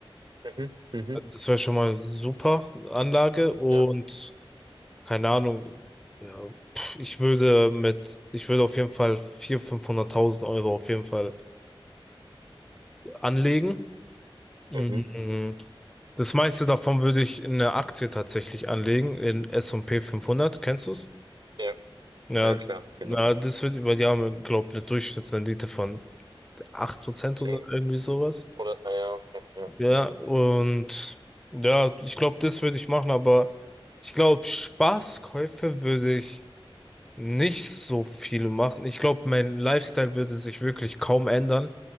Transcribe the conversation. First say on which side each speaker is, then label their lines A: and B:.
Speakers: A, on the right (about 50°); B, in the centre.
A: Mhm, mhm,
B: Also Das wäre schon mal super Anlage und
A: ja,
B: keine Ahnung, ja, pff, ich würde mit, ich würde auf jeden Fall 400.000, 500.000 Euro auf jeden Fall anlegen. Mhm.
A: mhm,
B: Das meiste davon würde ich in eine Aktie tatsächlich anlegen, in S und P fünfhundert kennst du
A: ja,
B: Ja,
A: ja, klar, genau.
B: na, das wird über die haben, glaube ich, eine Durchschnittsrendite von 8%
A: Zehn?
B: oder irgendwie sowas.
A: Oder, ah ja, okay, ja, kann
B: Ja,
A: sein.
B: und ja, ich glaube, das würde ich machen, aber ich glaube, Spaßkäufe würde ich nicht so viele machen. Ich glaube, mein Lifestyle würde sich wirklich kaum ändern,